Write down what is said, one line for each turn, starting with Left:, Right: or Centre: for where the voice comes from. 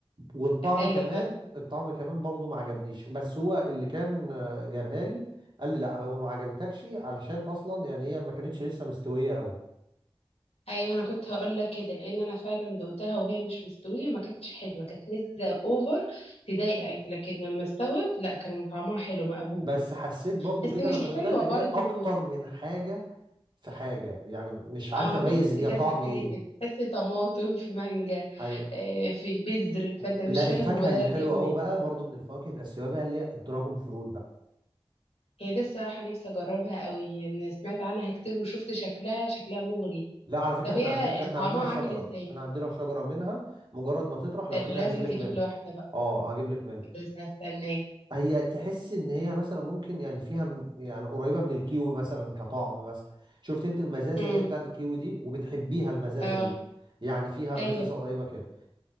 Right: والطعم
Left: ايوه
Right: كمان
Left: فاهم
Right: الطعم كمان برضو ما عجبنيش بس هو اللي كان آه، جابها لي قال لي لا هو ما عجبتكش علشان اصلا يعني هي ما كانتش لسه مستويه قوي
Left: ايوه انا كنت هقول لك كده لان انا فعلا دوقتها وهي مش مستويه ما كانتش حلوه كانت مزه اوفر تضايقك لكن لما استوت لا كان طعمها حلو مقبول
Right: بس حسيت برضو
Left: بس
Right: كده
Left: مش
Right: لما دقتها
Left: حلوة برضو
Right: ان هي اكتر من حاجه في حاجه يعني مش عارف
Left: اه
Right: اميز
Left: ميكس
Right: هي
Left: كذا
Right: طعم
Left: حاجة
Right: ايه
Left: كده تحس طماطم في مانجا
Right: ايوه
Left: آه، في بذر فانت مش
Right: لا
Left: فاهم
Right: الفاكهه
Left: هو ده
Right: اللي
Left: جاي
Right: حلوه
Left: منين
Right: قوي بقى برضو من الفواكه الاسيويه بقى اللي هي الدراجون فروت بقى
Left: هي دي الصراحة نفسي اجربها قوي انا سمعت عنها كتير وشفت شكلها شكلها مغري
Right: لا على فكره
Left: طب
Right: احنا
Left: هي
Right: عندنا احنا
Left: طعمها
Right: عندنا شجره
Left: عامل ازاي
Right: احنا عندنا شجره منها مجرد ما تطرح لو
Left: ده اللي
Right: كده
Left: لازم
Right: هجيب لك
Left: تجيب
Right: منها
Left: لي واحدة بقى
Right: اه هجيب لك منها
Left: بس هستناه
Right: هي تحس ان هي مثلا ممكن يعني فيها من- يعني قريبه من الكيوي مثلا كطعم مثلا شفت انت المزازه
Left: امم
Right: اللي هي بتاعت الكيوي دي وبتحبيها المزازه
Left: اه
Right: دي يعني فيها
Left: ايوه
Right: مزازه قريبه كده